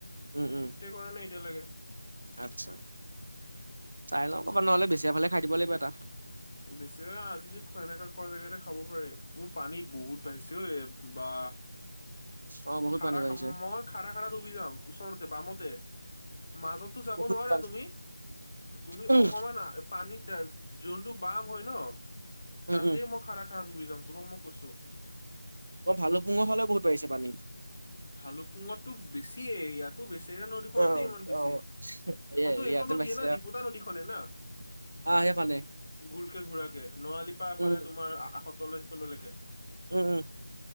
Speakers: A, on the right (about 85°); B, on the left (about 35°).
A: উম, উম,
B: চিফ্টটে কৰা নাই এতিয়ালৈকে।
A: আচ্ছা চাই লও ক'ৰবাত নহ'লে বিছৰাই ফালে খাব লাগিব এটা।
B: বেছিৰা আজি সনেককা খোৱা জেগাতে খাব পাৰি বোৰ পানী বহুত বাঢ়িছে ঐ বা।
A: অ', বহুত
B: খাৰা
A: পানী বাঢ়িছে।
B: খা মই খাৰা খাৰা ডুবি যাম ওচৰতে বামতে। মাজতো যাব
A: বহুত
B: নোৱাৰা
A: পানী
B: তুমি তুমি
A: উম,
B: অকমান পানী যোনটো বাম হয় ন
A: উম,
B: তাতেই
A: উম।
B: মই খাৰা খাৰা ডুবি যাম তোমাক মই কৈছোঁ।
A: অ', ভালু পুঙৰ হলে বহুত বাৰিছে পানী।
B: ভালুপুঙতো বেছিয়ে ইয়াতো বেছিৰা নদীখনত
A: অ',
B: ইমান বেছি।
A: অ', অ',
B: এইখনতো
A: এ ইয়াতে
B: এইখন নদীয়ে
A: বাঢ়িছে
B: ন দপুতা নদীখনে না।
A: আহ সেইখনে
B: গোলকে ঘোৰাকে নোৱাৰালি পৰা এফালে
A: উম,
B: তোমাৰ আশতল সিফাললৈকে।
A: উম, উম।